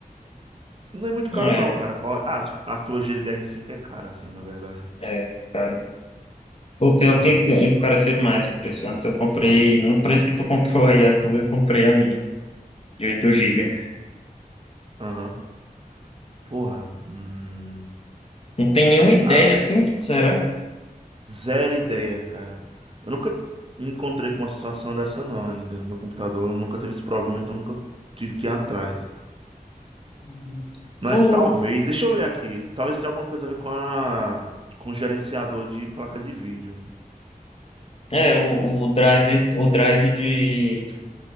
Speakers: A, on the right; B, on the left.
A: Não é muito
B: É,
A: caro não, cara. Qual... Ah, a tua GDDR5 é cara, assim, na verdade.
B: é, cara. Pô, pior
A: Porra.
B: que encareceu demais o preço. Antes eu comprei, no preço que tu comprou aí a tua, eu comprei a minha, de oito gigas
A: Aham. Porra. Hum.
B: Não tem nenhuma ideia
A: Ah,
B: assim, será?
A: zero ideia, cara. Eu nunca me encontrei com uma situação dessa não ainda no meu computador. Eu Nunca teve esse problema, então nunca tive que ir atrás.
B: Hum.
A: Mas
B: Tu,
A: talvez... Deixa eu ver aqui. Talvez tenha alguma coisa a ver com a... com o gerenciador de placa de vídeo.
B: é, o, o drive, o drive de,